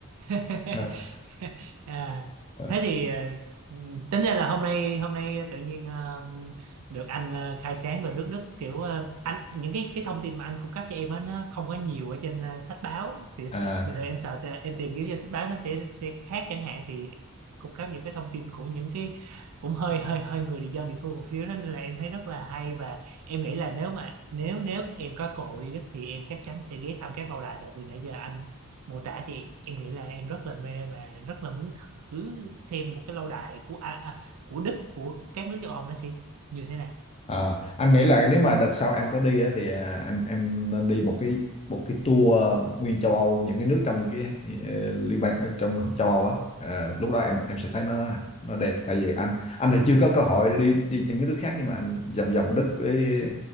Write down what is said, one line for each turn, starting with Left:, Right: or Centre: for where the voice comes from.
Right: <laughs>
Left: Ờ,
Right: à,
Left: ờ.
Right: thế thì ờ, tính ra là hôm nay hôm nay tự nhiên ờ, được anh ờ, khai sáng về nước Đức kiểu ờ, anh những cái cái thông tin mà anh cung cấp cho em á nó không có nhiều ở trên ờ, sách báo thì
Left: à,
Right: bình thường em sợ thì em tìm kiếm trên sách báo nó sẽ sẽ khác chẳng hạn thì anh cung cấp những cái thông tin của những cái cũng hơi hơi hơi người dân địa phương một xíu đó nên là em thấy rất là hay và em nghĩ là nếu mà nếu nếu em có cơ hội đi Đức thì em chắc chắn sẽ ghé thăm các lâu đài tại vì nãy giờ anh mô tả thì em nghĩ là em rất là mê và rất là muốn thử xem một cái lâu đài của à, à, của Đức của các nước châu Âu nó sẽ như thế nào
Left: Ờ, anh nghĩ là nếu mà đợt sau em có đi á, thì à, em em nên đi một cái một cái tour ờ, nguyên châu Âu những cái nước trong cái ờ, liên bang ờ, trong châu Âu á Ờ, lúc đó em em sẽ thấy nó nó đẹp tại vì anh anh thì chưa có cơ hội đi đi những cái nước khác nhưng mà anh vòng vòng Đức với